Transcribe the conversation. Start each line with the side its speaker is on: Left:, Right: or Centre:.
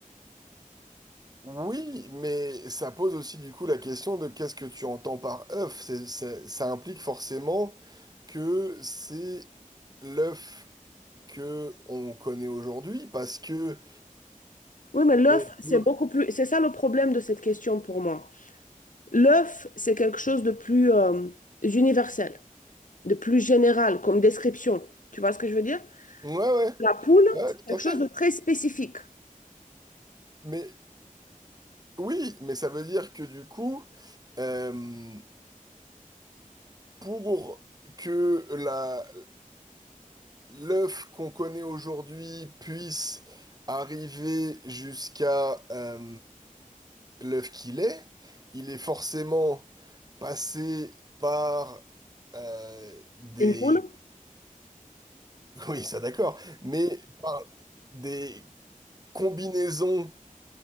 Right: Oui, mais ça pose aussi du coup la question de qu'est-ce que tu entends par œuf. C'est- c'est- ça implique forcément que c'est l'œuf que on connaît aujourd'hui parce que
Left: Oui, mais l'œuf,
Right: on
Left: c'est
Right: peut.
Left: beaucoup plus. C'est ça le problème de cette question pour moi. L'œuf, c'est quelque chose de plus euh, universel, de plus général comme description. Tu vois ce que je veux dire?
Right: Ouais, ouais,
Left: La poule,
Right: ouais,
Left: c'est
Right: tout
Left: quelque
Right: à fait.
Left: chose de très spécifique.
Right: Mais oui, mais ça veut dire que du coup, euh, pour que la l'œuf qu'on connaît aujourd'hui puisse arriver jusqu'à euh, l'œuf qu'il est, il est forcément passé par euh, des...
Left: Une poule?
Right: <laughs> Oui, ça d'accord, mais par des combinaisons